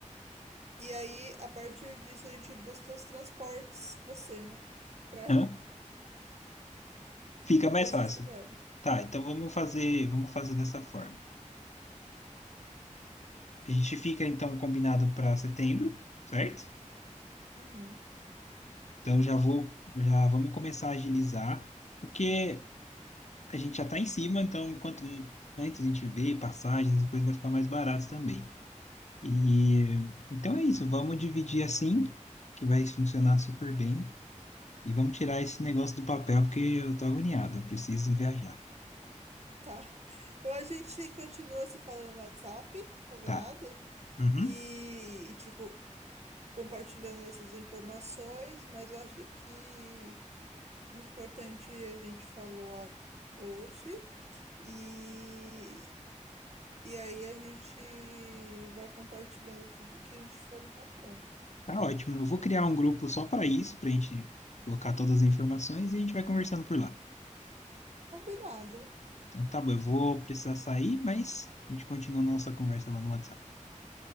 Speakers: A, on the right; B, on the left.
A: E aí, a partir disso, a gente busca os transportes, você, né? Para
B: Hã? Fica
A: <laughs>
B: mais
A: esses
B: fácil.
A: lugares.
B: Tá, então vamos fazer, vamos fazer dessa forma. A gente fica então combinado para setembro, certo?
A: Uhum,
B: Então já vou, já vamos começar a agilizar, porque a gente já tá em cima, então quanto antes a gente vê passagens, as coisas vai ficar mais barato também. E então é isso, vamos dividir assim, que vai funcionar super bem. E vamos tirar esse negócio do papel, porque eu tô agoniado, eu preciso viajar.
A: tá. <laughs> Então, a gente continua se falando no WhatsApp, combinado?
B: Tá. Uhum.
A: E, e, tipo, compartilhando essas informações. Mas eu acho que o importante é a gente falou a- hoje. E E aí a gente vai compartilhando tudo que a gente for encontrando.
B: Tá ótimo. Eu vou criar um grupo só para isso, pra gente colocar todas as informações e a gente vai conversando por lá.
A: Combinado.
B: Então tá bom, eu vou precisar sair, mas a gente continua a nossa conversa lá no WhatsApp.